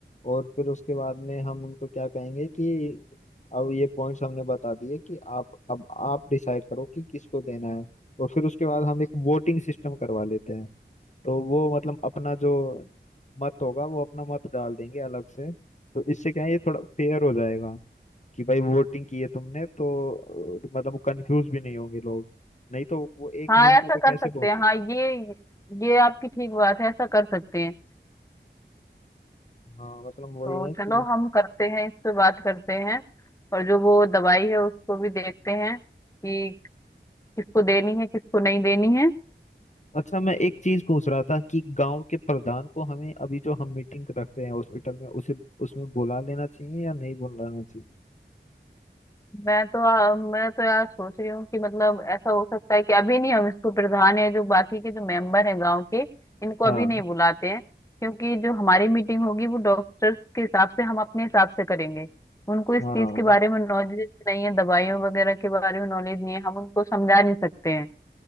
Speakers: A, on the left (about 40°); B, on the left (about 15°).
A: और फिर उसके बाद में हम उनको क्या कहेंगे कि अब ये पॉइंट्स हमने बता दिए कि आप अब आप डिसाइड करो कि किसको देना है और फिर उसके बाद हम एक वोटिंग सिस्टम करवा लेते हैं तो वो मतलब अपना जो मत होगा वो अपना मत डाल देंगे अलग से तो इससे क्या है ये थोड़ा फेयर हो जाएगा कि भाई वोटिंग की है तुमने तो अ, मतलब कंफ्यूज भी नहीं होंगे लोग नहीं तो वो एक
B: हाँ
A: निर्णय
B: ऐसा
A: पे कैसे
B: कर सकते
A: पहुंचे
B: हैं हाँ ये ये आपकी ठीक बात है ऐसा कर सकते हैं
A: हाँ मतलब वही
B: तो
A: है कि
B: चलो हम करते हैं इस पे बात करते हैं और जो वो दवाई है उसको भी देखते हैं कि किसको देनी है किसको नहीं देनी है
A: अच्छा मैं एक चीज पूछ रहा था कि गांव के प्रधान को हमें अभी जो हम मीटिंग रख रहे हैं हॉस्पिटल में उसे उसमें बुला लेना चाहिए या नहीं बुलाना चाहिए
B: मैं तो आ, मैं तो यार सोच रही हूँ कि मतलब ऐसा हो सकता है कि अभी नहीं हम इसको प्रधान या जो बाकी के जो मेंबर हैं गांव के इनको
A: हाँ
B: अभी नहीं बुलाते हैं क्योंकि जो हमारी मीटिंग होगी वो डॉक्टर्स के हिसाब से हम अपने हिसाब से करेंगे उनको इस
A: हाँ
B: चीज के बारे में नॉलेज नहीं है दवाइयों वगैरह के बारे में नॉलेज नहीं है हम उनको समझा नहीं सकते हैं